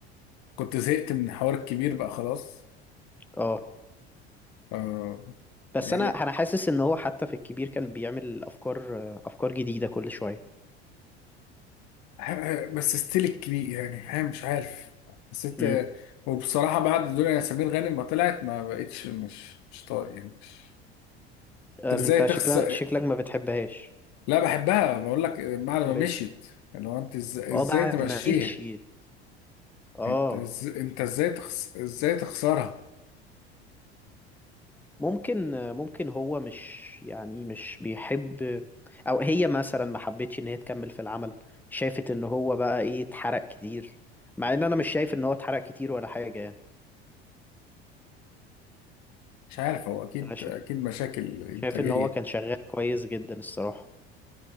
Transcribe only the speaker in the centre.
اه
بس
انا انا حاسس ان هو حتى في الكبير كان بيعمل افكار آه، افكار جديده كل شويه
امم
انت
شكلك شكلك ما بتحبهاش
امال
ايه
اه بعد
ما مشيت اه
ممكن آه، ممكن هو مش يعني مش بيحب او هي مثلا ما حبتش ان هي تكمل في العمل شافت ان هو بقى ايه اتحرق كتير مع ان انا مش شايف ان هو اتحرق كتير ولا حاجه يعني
أنا شا-
شايف ان هو كان شغال كويس جدا الصراحة